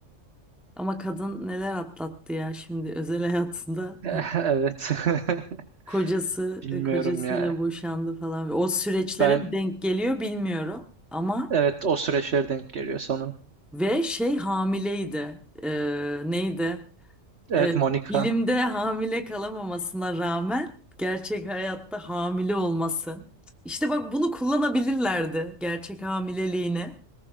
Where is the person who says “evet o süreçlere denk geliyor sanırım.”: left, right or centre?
Right